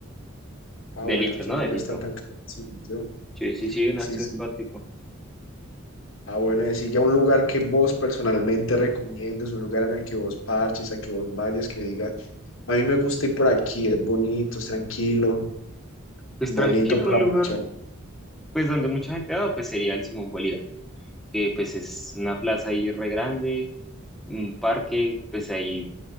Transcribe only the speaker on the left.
Ah,
bueno,
entonces
no
está tan caro. Sí, yo-
sí,
sí.
Ah, bueno, decir ya un lugar que vos personalmente recomiendas, un lugar en el que vos parches, al que vos vayas, que digas, a mí me gusta ir por aquí, es bonito, es tranquilo,
bonito
para
parchar.